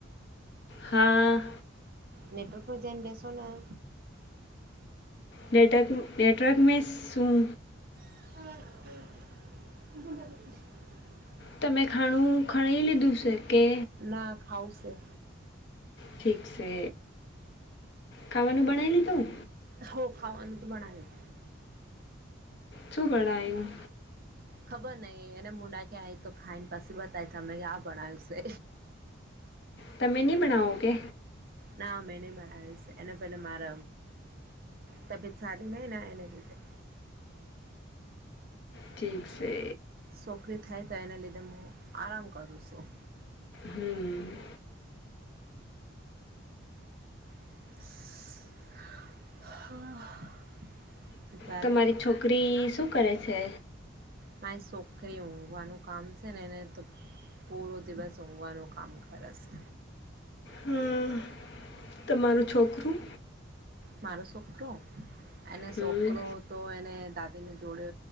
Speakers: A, on the left (about 55°); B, on the right (about 50°).
A: હા.
B: નેટર્કમાં જાન બસોના.
A: નેટવર્ક નેટવર્ક મે શું?
B: હા <unintelligible>
A: તમે ખાણું ખણી લીધું છે કે
B: ના ખાવુશે
A: ઠીક છે ખાવાનું બનાય લીધું
B: હો ખાવાનું તું બનાની
A: શું બનાયું
B: ખબર નહી એને મોડા ક્યાય તો ખાઈને પાછી બતાય તમે કે આ બણાવ્યું છે
A: તમે ની બનાઓ કે
B: ના મેને બનાવ્યું છે એને પહેલા માર તબિયત સારી નહી ને એના લીધે
A: ઠીક છે
B: છોકરી થાય તો એને લીધે હું આરામ કરું છું
A: હમ
B: હા ત્યારે
A: તમારી છોકરી શું કરે છે?
B: મા એ છોકરી ઊંઘવાનું કામ છે ને એને તો- - પૂરો દિવસ ઊંઘવાનું કામ કરેશે.
A: હમ તમારું છોકરું?
B: મારો છોકરો એને
A: હમ
B: છોકરો તો એને દાદા- - તેને જોડે